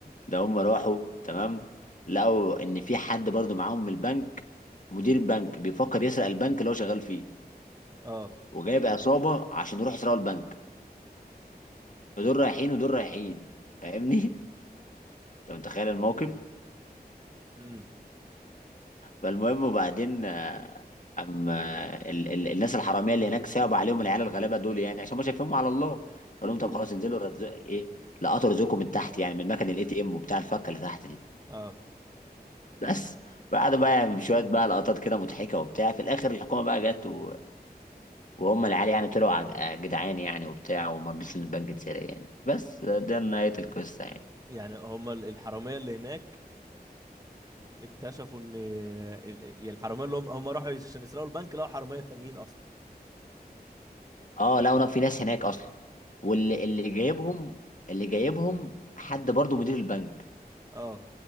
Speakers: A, on the left; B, on the right.
A: ده هم راحوا تمام لقوا ان في حد برضو معاهم من البنك مدير بنك بيفكر يسرق البنك اللي هو شغال فيه
B: اه
A: وجايب عصابه عشان يروحوا يسرقوا البنك فدول رايحين ودول رايحين فاهمني <laughs> انت متخيل الموقف
B: امم
A: فالمهم وبعدين آه، اما ال ال الناس الحراميه اللي هناك صعب عليهم العيال الغلابه دول يعني عشان ما شايفينهم على الله فقال
B: <laughs>
A: لهم طب خلاص انزلوا رزق ايه لقطوا رزقكم من تحت يعني من مكان الاي تي ام وبتاع الفكه اللي تحت دي
B: اه
A: بس بعد بقى يعني شويه بقى لقطات كده مضحكه وبتاع في الاخر الحكومه بقى جت و... وهم العيال يعني طلعوا عج- جدعان يعني وبتاع وما رضيش ان البنك اتسرق يعني بس ده ده نهايه القصه يعني
B: يعني هم ال- الحراميه اللي هناك اكتشفوا ان ال- ال- الحراميه اللي هم هم راحوا عشان يسرقوا البنك لقوا حراميه تانيين اصلا
A: اه لا انا في ناس هناك اصلا واللي اللي جايبهم اللي جايبهم حد برضو مدير البنك
B: اه